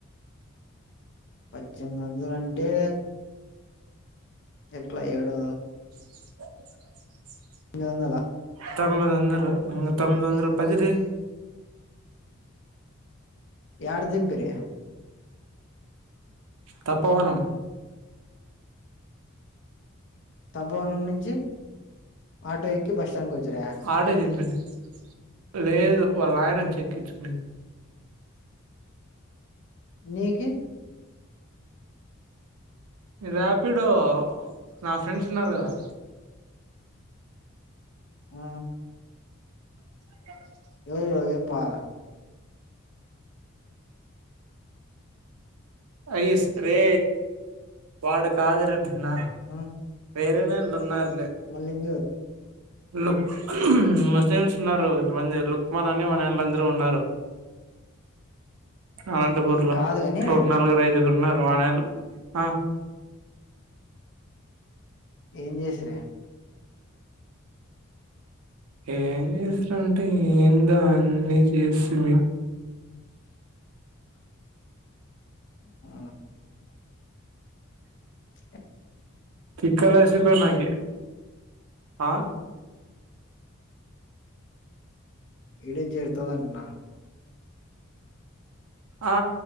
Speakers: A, on the left; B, on the right.
A: పద్దెనిమిది వందలు అంటే ఎట్లా ఏడు
B: ఆ
A: తొమ్మిదివందల
B: తొమ్మిదివందలూ ఇంగ తొమ్మిదివందలూ పదిీ
A: ఎడ దిం ఆ
B: తప్పవనం
A: తప్పవనం నుంచి ఆటో ఎక్కి బస్ స్టాండ్ కి వచ్చిరా
B: ఆటే చంపింది లేదు వాళ్ళు ఆయన చెకిించ న
A: నీకి
B: రాపిడో నా ఫ్రెండ్స్ ఉన్నారు కదా
A: ఆ
B: అ
A: ఏవ ఏపా
B: అయిస్ రే వాడు కాదురనా
A: ఆ
B: వేరేనాంటన్నారు
A: మల్లింగరు
B: లో మ మ్స్ ఉన్నారు కొంతమంది లుక్మాన్ అని మళ్ళ అందరూ ఉన్నారు అనంతపూర్ లో
A: కాదు గాని
B: ఒక నలుగురు ఐదుగురున్న వాణ ఆ
A: ఏం చేస్రే
B: ఏం చేసారంటే ఏందో అన్నీ చేసి మీ
A: ఆ ఆ
B: తిక్క లేసిపీ నాకి ఆ
A: ఇడే జ చేరుతదంటనా
B: ఆ